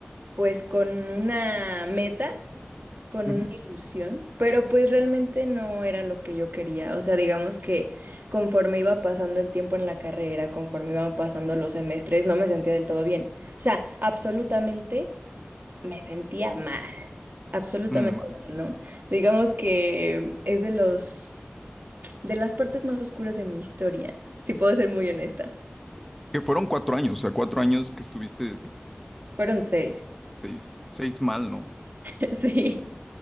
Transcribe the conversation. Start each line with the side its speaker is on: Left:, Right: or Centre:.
Right: pues con una meta, con
Centre: Ujú.
Right: una ilusión, pero pues realmente no era lo que yo quería. O sea, digamos que conforme iba pasando el tiempo en la carrera, conforme iban pasando los semestres, no me sentía del todo bien. O sea, absolutamente me sentía mal, absolutamente
Centre: Mm, vale.
Right: mal, ¿no? Digamos que es de los, de las partes más oscuras de mi historia, si puedo ser muy honesta.
Centre: Que fueron cuatro años, o sea, cuatro años que estuviste
Right: Fueron seis.
Centre: seis, seis mal, ¿no?
Right: <laughs>